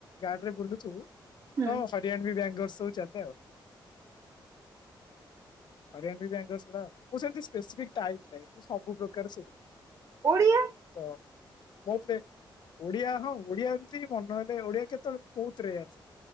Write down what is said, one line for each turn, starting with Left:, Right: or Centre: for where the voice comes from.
Left: ଗାଡ ରେ ବୁଲୁଥିବୁ
Right: ହୁଁ
Left: ତ ହରିୟଣ ବି ବ୍ୟାଙ୍ଗର୍ ସବୁ ଚାଲେ ଆଉ।
Right: <inaudible>
Left: ହରିୟାର ବେଙ୍ଗସ ନା ମୁଁ ସେ ସ୍ପେଶିପିକ ଟାଇମ ନାହିଁ ମୁଁ ସବୁ ପ୍ରକାର ସୁବିଧା
Right: ଓଡ଼ିଆ।
Left: ତ ମୋ ଉପରେ ଓଡିଆ ହଉଁ ଓଡିଆ ଏମିତି ମନହେ ଓଡିଆ କେତେବେଳେ କଉଥିରେ ରେ ଆଛା,